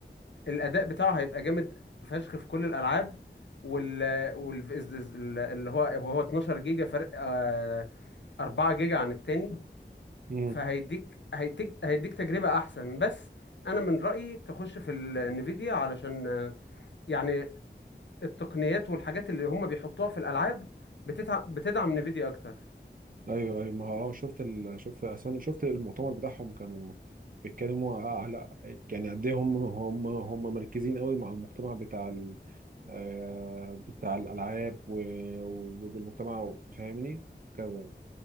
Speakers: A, on the left; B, on the right.
A: الاداء بتاعه هيبقى جامد فشخ في كل الالعاب وال وال اللي هو وهو 12 جيجا فرق آه، 4 جيجا عن التاني
B: امم
A: فهيديك هيديك هيديك تجربة احسن بس انا من رأيي تخش في النفيديا علشان آه، يعني التقنيات والحاجات اللي هم بيحطوها في الالعاب بتتع... بتدعم نفيديا اكتر
B: ايوه ايوه ما هو اه شفت ال... شفت أصلاً شفت المؤتمر بتاعهم كانوا بيتكلموا آه، على يعني قد ايه هم هم هم مركزين قوي مع المجتمع بتاع ال... آه، بتاع الالعاب و... وبالمجتمع فاهمني كذا